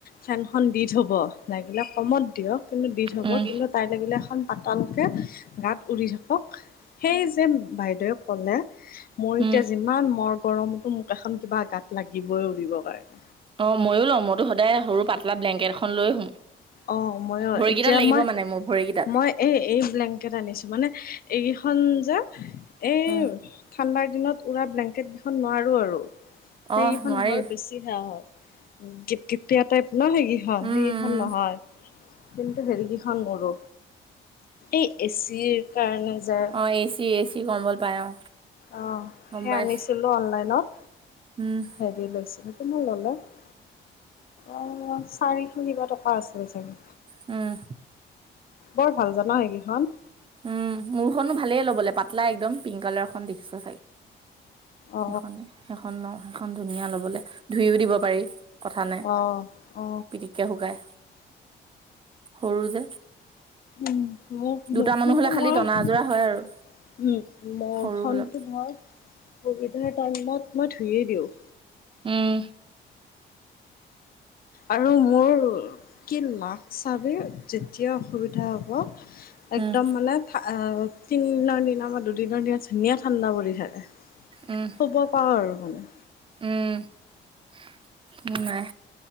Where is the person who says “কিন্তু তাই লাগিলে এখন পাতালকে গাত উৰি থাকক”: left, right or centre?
Left